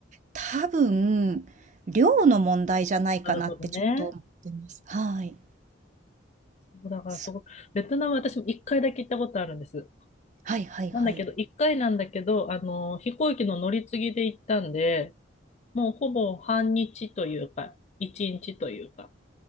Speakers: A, on the right; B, on the left.
A: 多分、量の問題じゃないかなってちょっと思ってます。
B: なるほどね。
A: はい。
B: そうだからそこ、
A: す
B: ベトナム私も一回だけ行ったことあるんです。
A: はいはいはい。
B: なんだけど、一回なんだけど、あの、飛行機の乗り継ぎで行ったんで、もうほぼ半日というか、一日というか、